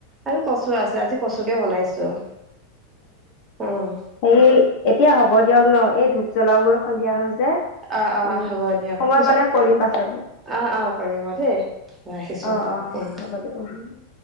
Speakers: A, on the right (about 25°); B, on the left (about 45°).
A: আৰু কচু আছে, আজি কচুকে বনাইছোঁ, উম।
B: হেয়ি এতিয়া হ'ব দিয়ক ন' এই ধূপ জ্বলাওঁগৈ সন্ধিয়া হ'ল যে।
A: অ', অ',
B: এই
A: হ'ব দিয়ক,
B: সময়
A: পিছত
B: পালে কৰিম পাছত
A: অ', অ', কৰিব দেই, ৰাখিছোঁ
B: অ অ
A: উম।
B: হ'ব দিয়ক <unintelligible>